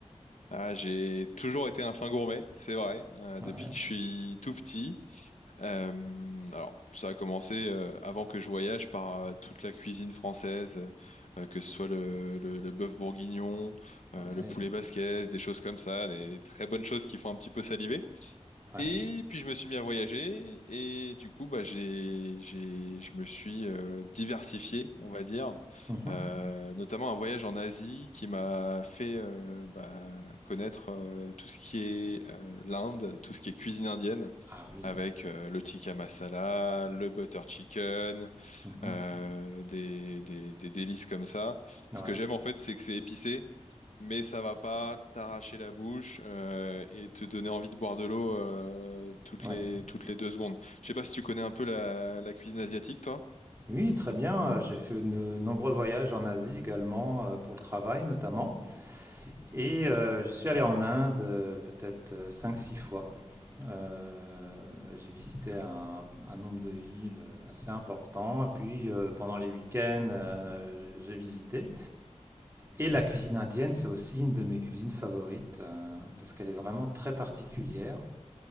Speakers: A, on the left; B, on the right.
A: Ah, j'ai toujours été un fin gourmet, c'est vrai, euh,
B: Ouais,
A: depuis que je suis tout petit. Euh, alors, ça a commencé euh, avant que je voyage par euh, toute la cuisine française, euh, euh, que ce soit le, le, le bœuf bourguignon,
B: ouais,
A: euh, le poulet basquaise, des choses comme ça, des, des très bonnes choses qui font un petit peu saliver.
B: ouais.
A: Et puis je me suis mis à voyager et du coup bah j'ai j'ai je me suis euh, diversifié on va dire
B: Mhm.
A: Euh, notamment un voyage en Asie qui m'a fait euh, bah, connaître euh, tout ce qui est euh, l'Inde tout ce qui est cuisine indienne
B: Ah oui.
A: avec euh, le tikka masala le butter chicken
B: Mhm.
A: euh, des, des, des délices comme ça.
B: Ouais,
A: Ce que j'aime en fait, c'est que c'est épicé, mais ça va pas t'arracher la bouche euh, et te donner envie de boire de l'eau euh, toutes
B: ouais.
A: les, toutes les deux secondes. Je sais pas si tu connais un peu la, la cuisine asiatique, toi.
B: Oui, très bien. euh, J'ai fait de nombreux voyages en Asie également, euh, pour le travail notamment. Et euh, je suis allé en Inde euh, peut-être euh, cinq six fois. Euh, j'ai visité un, un nombre de villes euh, assez important. Et puis euh, pendant les week-ends, euh, j'ai j'ai visité. Et la cuisine indienne, c'est aussi une de mes cuisines favorites euh, parce qu'elle est vraiment très particulière.